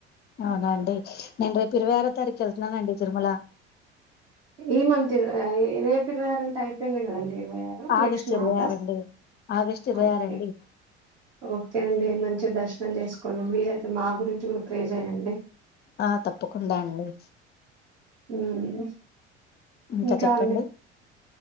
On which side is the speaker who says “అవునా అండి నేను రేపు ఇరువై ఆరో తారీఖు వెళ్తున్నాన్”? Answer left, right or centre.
Left